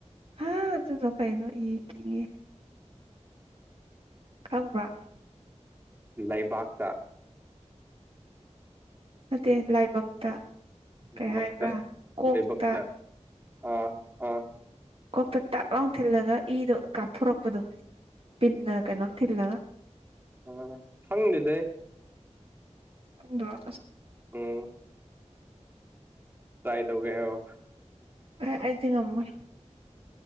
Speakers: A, on the right; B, on the right.
A: ꯍꯥꯥ ꯑꯗꯨꯗ ꯀꯥꯏꯅꯣ ꯌꯦ ꯈꯪꯕ꯭ꯔꯥ
B: ꯂꯩꯕꯥꯛꯇ
A: ꯅꯠꯇꯦ ꯂꯥꯏꯕꯛꯇ ꯀꯩ
B: ꯂꯩꯕꯛꯇ
A: ꯍꯥꯏꯕ꯭ꯔꯥ ꯀꯣꯛꯇ
B: ꯂꯩꯕꯛꯇ ꯑꯥ ꯑꯥ
A: ꯀꯣꯛꯇ ꯇꯥꯛ ꯂꯥꯎ ꯊꯤꯜꯂꯒ ꯏꯗꯣ ꯀꯥꯞꯊꯣꯔꯛꯄꯗꯣ ꯄꯨꯅ ꯀꯩꯅꯣꯇꯂ
B: ꯑ ꯍꯪꯅꯤꯗ
A: ꯗ
B: ꯎꯝ ꯇ꯭ꯔꯥꯏ ꯇꯧꯒꯦꯔꯣ
A: ꯑ ꯑꯩ ꯊ ꯑꯃ